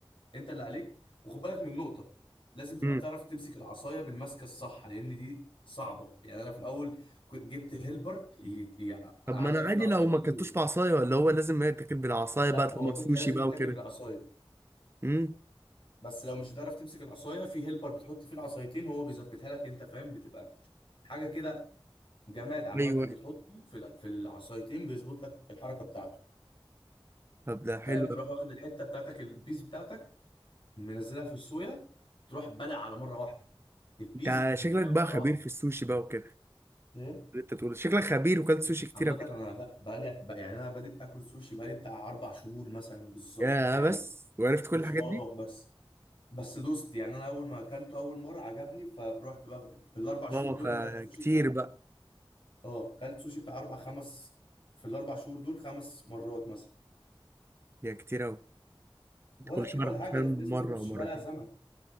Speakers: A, on the left; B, on the right.
A: انت اللي عليك وخد بالك من نقطة لازم تبقى
B: امم
A: بتعرف تمسك العصاية بالمسكة الصح لان دي صعبة يعني انا في الاول كنت جبت هيلبر ي- ي-
B: طب
A: اعلق
B: ما انا
A: فيه
B: عادي
A: العصايتين
B: لو ما اكلتوش
A: دول
B: بعصايه ولا هو لازم يتاكل بالعصايه
A: لا
B: بقى طالما
A: هو
B: سوشي
A: كده لازم
B: بقى
A: يتاكل
B: وكده
A: بالعصاية
B: امم
A: بس لو مش هتعرف تمسك العصايه في هيلبر بتحط فيه العصايتين هو بيظبطها لك انت فاهم بتبقى حاجه كده جماد عامه
B: ايوه أيوة.
A: بتحطه في الع- في العصايتين بيظبط لك الحركه بتاعته
B: طب ده حلو
A: فاهم تروح واخد الحته بتاعتك البيس بتاعتك منزلها في الصويا تروح بلع على مره واحده البيس
B: انت
A: بتتبلع
B: شكلك بقى خبير
A: مره واحده
B: في السوشي بقى وكده
A: ايه
B: اللي انت تقول شكلك خبير وكلت سوشي كتير
A: عامة
B: قبل
A: انا
B: كده
A: لا بقالي بقى يعني انا بادئ اكل سوشي بقالي بتاع اربع شهور مثلا بالظبط
B: يا
A: يعني
B: بس وعرفت كل
A: مش
B: الحاجات
A: اه
B: دي
A: بس بس دوست يعني انا اول ما اكلته اول مره عجبني فروحت بقى في الاربع شهور
B: اه
A: دول
B: فكتير
A: انا اكلت سوشي
B: بقى
A: اه كلت سوشي بتاع اربع خمس في الاربع شهور دول خمس مرات مثلا
B: يا كتير قوي انت
A: ولا
B: كل
A: كتير
B: شهر
A: ولا
B: حرفيا
A: حاجه ده في ناس
B: مره
A: بتاكل سوشي
B: ومرتين
A: بقالها زمن